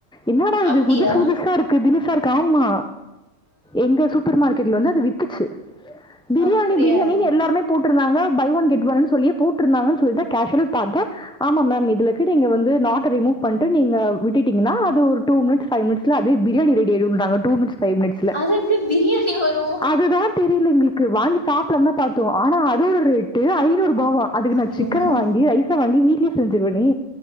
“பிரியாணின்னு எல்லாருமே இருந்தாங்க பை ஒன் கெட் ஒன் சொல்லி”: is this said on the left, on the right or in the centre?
Centre